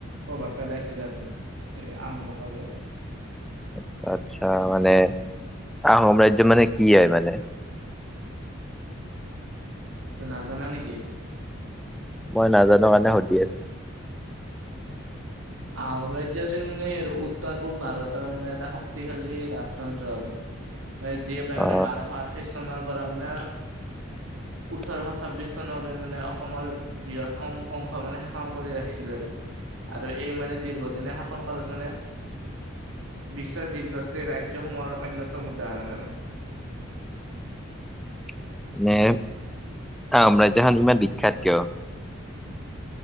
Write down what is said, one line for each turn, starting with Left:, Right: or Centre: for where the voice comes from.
Right: প্ৰভাৱ পেলাইছিল আৰু যে আহোমসকলে আৰু।
Centre: আচছা -আচ্ছা মানে আহোম ৰাজ্য মানে কি হয় মানে?
Right: তই নাজানা নেকি?
Centre: মই নাজানো কাৰণে সুধি আছো।
Right: আহম্ৰাজ্য আছিল মানে আৰু উত্তৰ পূব ভাৰতৰ মানে এটা শক্তিশালী ৰাজতন্ত্ৰ আৰু
Centre: <inaudible>
Right: যিয়ে প্ৰায়
Centre: অ
Right: মানে বাৰশ আঠাইছ চনৰ পৰা মানে
Centre: <inaudible>
Right: ওঠৰশ ছাব্বিচ চনলৈ মানে অসমৰ বৃহৎ অংশ মানে শাসন কৰি ৰাখিছিল আৰু। আৰু এই মানে দীৰ্ঘদেনীয়া শাসন কালত মানে বিশ্বৰ দীৰ্ঘস্থায়ী ৰাজ্যসমূহৰ অন্যতম উদাহৰণ আৰু।
Centre: <inaudible> নে আহোম ৰাজ্য খন ইমান বিখ্যাত কিয়?